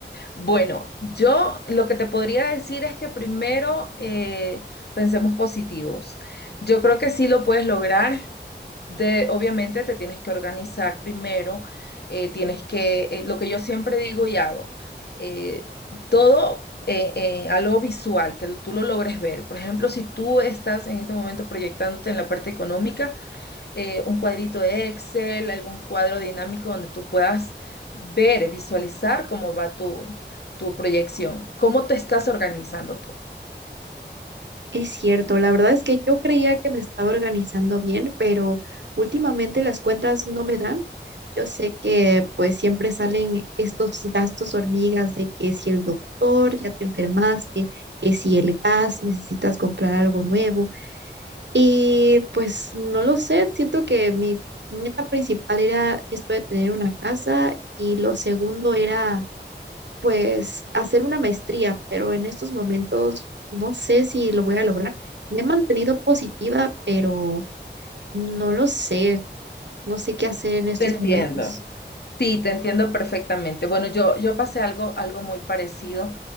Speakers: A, on the left; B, on the right.
A: bueno, yo lo que te podría decir es que primero eh, pensemos positivos. Yo creo que sí lo puedes lograr. De, obviamente te tienes que organizar primero, eh, tienes que, eh, lo que yo siempre digo y hago, eh, todo eh, eh, algo visual, que tú lo logres ver. Por ejemplo, si tú estás en este momento proyectándote en la parte económica, eh, un cuadrito de Excel, algún cuadro dinámico donde tú puedas ver, visualizar cómo va tu, tu proyección, cómo te estás organizando tú.
B: Es cierto, la verdad es que yo creía que me estaba organizando bien, pero últimamente las cuentas no me dan. Yo sé que pues siempre salen estos gastos hormigas de que si el doctor ya te enfermaste, que si el gas necesitas comprar algo nuevo. Y pues no lo sé, siento que mi meta principal era esto de tener una casa y lo segundo era pues hacer una maestría, pero en estos momentos no sé si lo voy a lograr. Me he mantenido positiva, pero no lo sé, no sé qué hacer en estos
A: Te entiendo.
B: momentos.
A: Sí, te entiendo perfectamente. Bueno, yo, yo pasé algo, algo muy parecido.